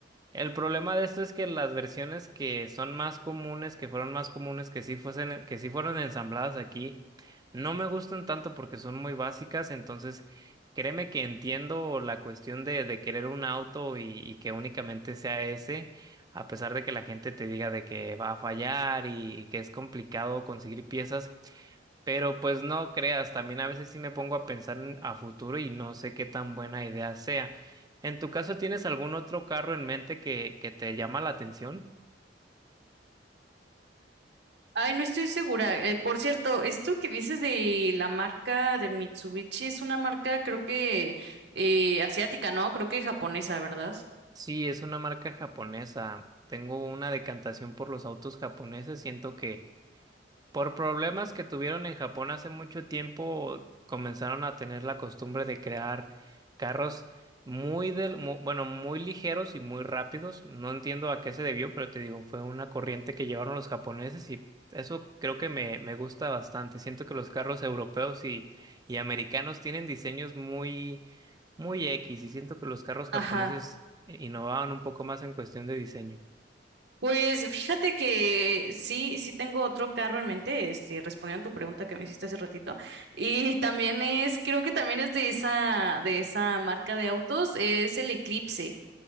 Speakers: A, on the right; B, on the right.
A: el problema de esto es que las versiones que son más comunes, que fueron más comunes, que sí fuesen, que sí fueron ensambladas aquí, no me gustan tanto porque son muy básicas. Entonces, créeme que entiendo la cuestión de, de querer un auto y, y que únicamente sea ese, a pesar de que la gente te diga de que va a fallar y, y que es complicado conseguir piezas. Pero pues no creas, también a veces sí me pongo a pensar en- a futuro y no sé qué tan buena idea sea. ¿En tu caso tienes algún otro carro en mente que, que te llama la atención?
B: Ay, no estoy segura. Eh, por cierto, esto que dices de la marca de Mitsubishi es una marca, creo que eh, asiática, ¿no? Creo que japonesa, ¿verdad?
A: Sí, es una marca japonesa. Tengo una decantación por los autos japoneses. Siento que Por problemas que tuvieron en Japón hace mucho tiempo, comenzaron a tener la costumbre de crear carros muy del, mu- bueno, muy ligeros y muy rápidos. No entiendo a qué se debió, pero te digo, fue una corriente que llevaron los japoneses y eso creo que me, me gusta bastante. Siento que los carros europeos y, y americanos tienen diseños muy, muy X y siento que los carros japoneses
B: Ajá.
A: innovaban un poco más en cuestión de diseño.
B: Pues fíjate que sí, sí tengo otro carro en mente, este, respondiendo a tu pregunta que me hiciste hace ratito. Y también es, creo que también es de esa, de esa marca de autos, es el Eclipse.